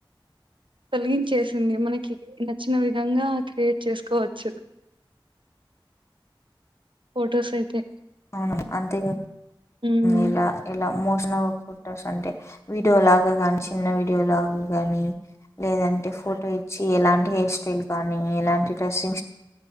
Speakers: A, on the right; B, on the left.
A: తొలగించేసి మనకి నచ్చిన విధంగా క్రియేట్ చేసుకోవచ్చు ఫొటోస్ అయితే
B: అవును అంతే హు
A: ఉమ్
B: ఇలా ఇలా ఏమోషన్ల్ ఫోటోస్ అంటే వీడియో లాగా ని చిన్న వీడియో లాగా గాని లేదంటే ఫోటో ఇచ్చి ఎలాంటి హెయిర్ స్టైల్ గానీ ఎలాంటి డ్రెస్సింగ్